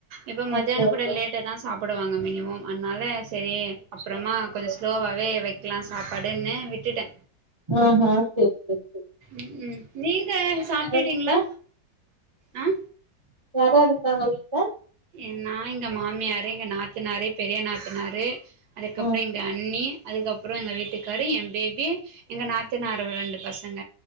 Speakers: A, on the right; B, on the right.
A: இப்ப மதியான
B: ஓகே ஓகே
A: கூட லேட்டா தா சாப்டுவாங்க மினிமம் அதனால சரி அப்றமா கொஞ்ச
B: சரி
A: ஸ்லோவாவே வெக்கலா சாப்பாடுன்னு விட்டுட்ட
B: ஆஹ‌ சேரி சேரி
A: ம் ம் நீங்க சாப்டுட்டீங்ளா
B: வீட்ல
A: ஆ
B: யார் யார் இருக்காங்க வீட்ல
A: என்னா எங்க மாமியாரு எங்க நாத்தனாரு பெரிய நாத்தனாரு அதுக்கப்றோ
B: ம்
A: எங்க அண்ணி அதுக்கப்றோ எங்க வீட்டுக்காரு எ பேபி எங்க நாத்தனாரோட ரெண்டு பசங்க